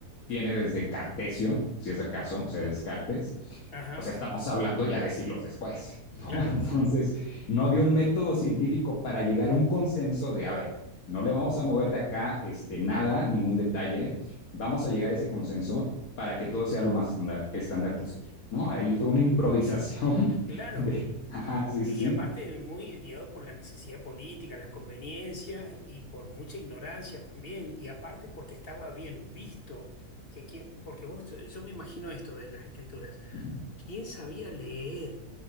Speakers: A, on the left; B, on the left.
A: tiene desde Cartesio, si es acaso, o sea, Descartes.
B: Ajá,
A: O sea, estamos hablando ya de siglos después, <laughs> ¿no?
B: claro,
A: Entonces, no había un método científico para llegar a un consenso de, a ver, no le vamos a mover de acá este, nada, ningún detalle, vamos a llegar a ese consenso para que todo sea lo más estándar, estándar posible. ¿no? Ahí fue una improvisación
B: claro.
A: <laughs> de, ajá,
B: Un-
A: sí, sí,
B: Y
A: sí.
B: aparte, muy guiado por la necesidad política, las conveniencias y por mucha ignorancia también. Y aparte, porque estaba bien visto. Que quien- porque vos, yo yo me imagino esto de las escrituras.
A: ujú,
B: ¿Quién sabía leer